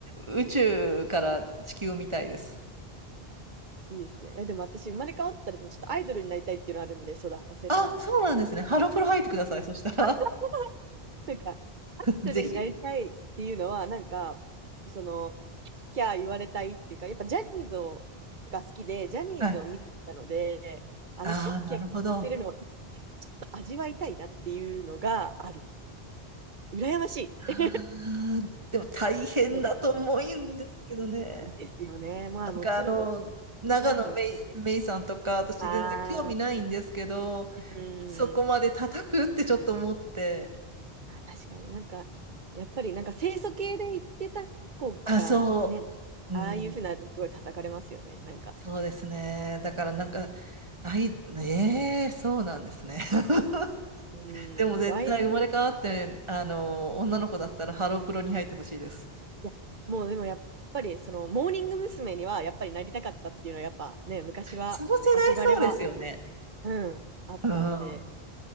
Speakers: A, on the right (about 25°); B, on the right (about 50°).
A: う宇宙から地球を見たいです。
B: いいですね。え、でも私、生まれ変わったら、でもちょっとアイドルになりたいっていうのあるんで、そうだ、忘れてました。
A: あ、そうなんですね。ハロプロ入ってください、そしたら。
B: <laughs> なんか、
A: <laughs>
B: アッセルになりたいっていうのは、
A: ぜひ。
B: なんか、その、キャー言われたいっていうか、やっぱジャニーズをが好きで、ジャニーズを見てたので、
A: はい
B: あの、
A: ああ、
B: キャーキャー言ってるのをちょっ
A: なるほど。あ
B: と味わいたいなっていうのがある。羨ましい。
A: あ、でも大変だと思うんですけどね。
B: そうですよね。まあ、
A: なんかあの、
B: もちろん、そ
A: 長野めい、
B: れだと。
A: めいさんとか、私全然興味ないんですけど、
B: ああ、うん。
A: そこまで叩くってちょっと思って。
B: 確かになんか、やっぱりなんか清楚系で言ってた子がね、
A: あ、そう、
B: ああいうふうになるとすごい叩かれますよね。
A: うん、
B: なんか。
A: そうですね。だからなんか、あい、ええそうなんですね。<laughs>
B: うーん、
A: でも絶対生まれ変わって、
B: そう、アイドル。
A: あの、女の子だったらハロープロに入ってほしいです。
B: いや、もうでもやっぱり、その、モーニング娘。にはやっぱりなりたかったっていうのは、やっぱね、昔は、
A: その世代そうですよね。
B: 憧れは、うん、あったんで、
A: うん。